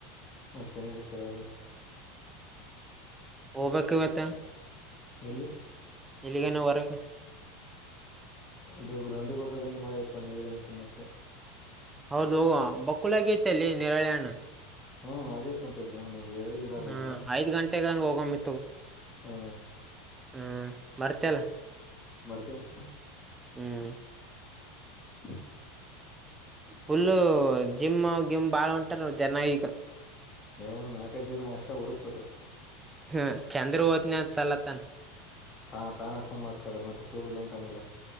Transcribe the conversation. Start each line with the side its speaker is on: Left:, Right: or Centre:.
Left: ಮತ್ತೆನೆಲ್ಲ ಪರೋಬೇಕು
Right: ಓಬೆಕ್ ಮತ್ತ
Left: ಎಲ್ಲಿ
Right: ಎಲ್ಲಿಗಿನ ವರಗ
Left: ಇದು ಗ್ರೌಂಡಿಗೆ ಹೋಗ್ಬೇಕ ಅಂತ ಮಾಡಿ ಅಪ್ಪ ಅಂದ ಹೇಳಿ ಅಂತ ತಿನ್ನಕ್ಕೆ
Right: ಹೌದದು ಹ ಬಕ್ಕುಳ ಗೈತ ಅಲ್ಲಿ ನೆರಾಳೆಣ್ಣ
Left: ಹ್ಮ್ ಹಾಗೇತ್ ಮತ್ತ ಗ್ರೌಣ್ಣಿ ಎರಡು ಗಿಡ ಆದದವರ
Right: ಹ್ಮ್ ಐದ್ ಗಂಟೆಗ ಹಂಗ ಹೋಗಮ್ಮಿ
Left: ಹಾ
Right: ಹ್ಞ ಮರ್ತಲ್ಲ
Left: ಬರ್ತಂತ
Right: ಹ್ಮ್
Left: ಹ
Right: ಫುಲ್ಲ ಜಿಮ್ ಗಿಮ್ ಬಾಳ ಉಂಟಾರ ಜನ ಈಗ
Left: ನ ಒಂದ್ ನಾಲ್ಕೈ ದಿನ ಅಷ್ಟ ಉರುಪದು.
Right: ಹ್ಮ್ ಚಂದ್ರು ಹೊದ್ನ ಅಂತಲತಾನ
Left: ಹಾ ತಾನೇ ಸುಮ್ಮ್ ಆಕ್ಕಾರೆ ಮತ್ತೆ ಸೂರಜ್ ಉಂಟಾನಲ್ಲ